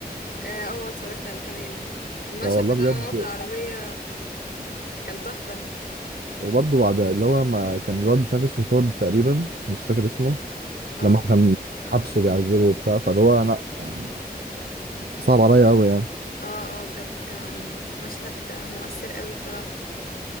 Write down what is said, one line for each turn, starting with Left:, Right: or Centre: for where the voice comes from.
Left: اه آه، اتفرجت على كامينو المشهد
Right: يا والله
Left: بتاعه
Right: بجد
Left: وهو في العربية كان تحفة
Right: وبرضه بعد اللي هو ما كان الواد مش عارف اسمه تود تقريبا مش فاكر اسمه
Left: اه
Right: لما كان حبسه بيعذبه وبتاع فاللي هو لا يعني صعب عليا قوي يعني
Left: اه اه بجد كان مشهد مؤثر قوي بصراحة